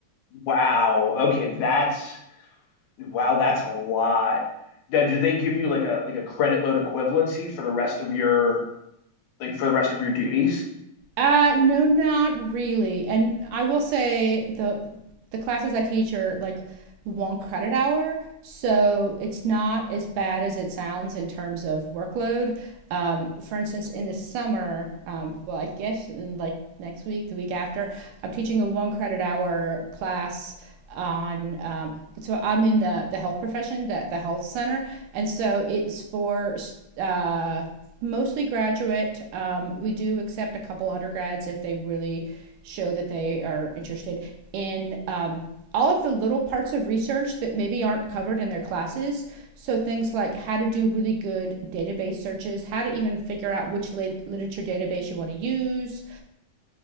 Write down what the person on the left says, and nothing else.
Wow. Okay, that's Wow, that's a lot. Now, do they give you like a like a credit load equivalency for the rest of your like for the rest of your duties?